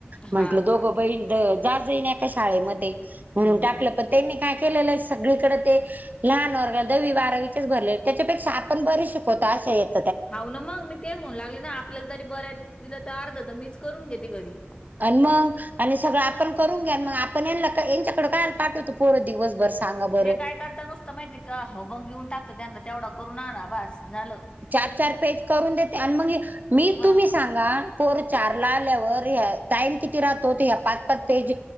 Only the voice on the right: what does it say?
म्हटल
दोघ बहीण जात जाईन एका शाळेमध्ये म्हणून
टाकल. पन त्यांनी काय केलेलं आहे सगळीकडे ते लहान वर्ग दहावी बारावीचेच भरले, त्याच्यापेक्षा आपण बरे शिकवतो अशा येत
अन्मा. आणि सगळं आपण करून घ्या अन मग आपण यानला यांच्याकड कयाला पाठवतो पोर दिवसभर? सांगा बरं
चार चार पेज करून देते आणि मग मी
तुम्ही सांग पोर चार ला आल्यावर ह्या टाईम किती राहतो त ह्या पाच पाच पेज